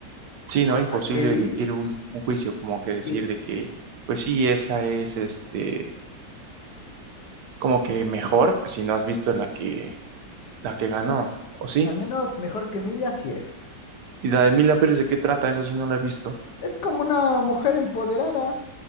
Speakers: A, on the right; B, on the left.
A: Sí,
B: por
A: ¿no? Imposible
B: la que vi,
A: emitir un, un juicio, como que decir
B: sí,
A: de que, pues sí, esa es este, como que mejor, pues, si no has visto la que, la que ganó, ¿o sí?
B: al menos mejor que Emilia sí es.
A: ¿Y la de Emilia Pérez de qué trata? Esa sí no la he visto.
B: Es como una mujer empoderada